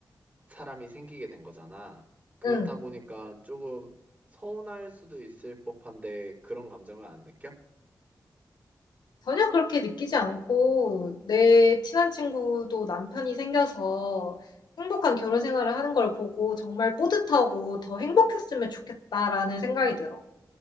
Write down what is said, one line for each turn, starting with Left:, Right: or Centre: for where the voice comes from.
Right: 사람이 생기게 된 거잖아. 그렇다
Left: 응.
Right: 보니까 조금 서운할 수도 있을 법한데 그런 감정을 안 느껴?
Left: 전혀 그렇게 느끼지 않고 내 친한 친구도 남편이 생겨서 행복한 결혼 생활을 하는 걸 보고 정말 뿌듯하고 더 행복했으면 좋겠다라는 생각이 들어.